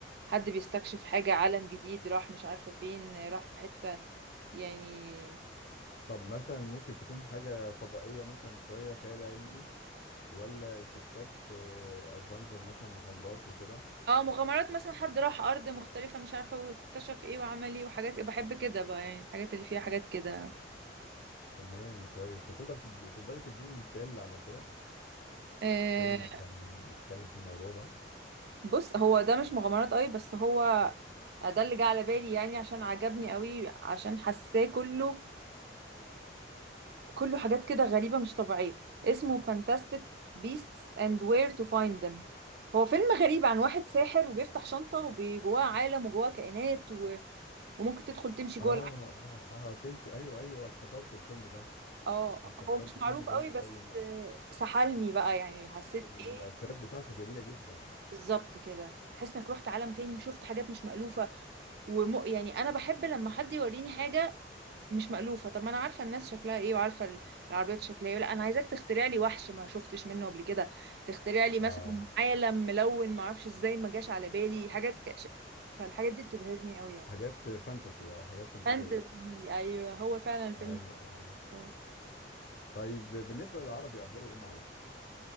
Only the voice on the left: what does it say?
طب مثلا ممكن تكون حاجه فضائيه مثلا شويه خيال علمي ولا استكشاف ادفنتشر مثلا مغامرات وكده
تمام كويس طب تقدر تدي... تقدري تديني مثال على كده
فيلم كان بيتكلم في الموضوع ده
اه
اه اه تمشي ايوه ايوه افتكرت الفيلم ده
افتكرته
فيلم جميل
قوي الم-
المؤثرات
بتاعته جميلة جدا
اه
حاجات فانتسي اه حاجات فانتسية
ايوه ايوه
طيب بالنسبة للعربي أخباره إيه معاكي؟